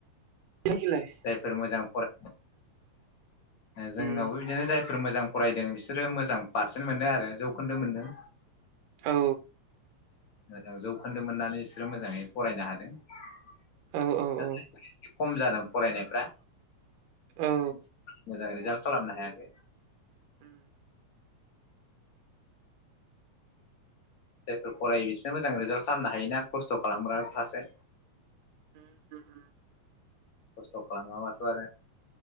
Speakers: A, on the right; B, on the left.
A: बेखिलाय
B: जायफोर मोजां फराय जोंनावबो
A: उम
B: बिदिनो जायफोर मोजां फरायदों बिसोरो मोजां पारसेन्ट मोनदों आरो जौखोन्दो मोनदों।
A: औ
B: मोजां जौखोन्दो मोननानै बिसोरो मोजाङै फरायनो हादों। दा
A: औ औ औ
B: नोंथांनिसिम- खम जादों फरायनायफ्रा
A: औ
B: <unintelligible> मोजां रिजाल्ट खालामनो हायाखै
A: उम
B: जायफोर फरायो बिसोरो मोजां रिजाल्ट खालामनो हायोना खस्थ' खालामग्रा फ्रासो
A: उम उम
B: खस्थ' खालामाबाथ' आरो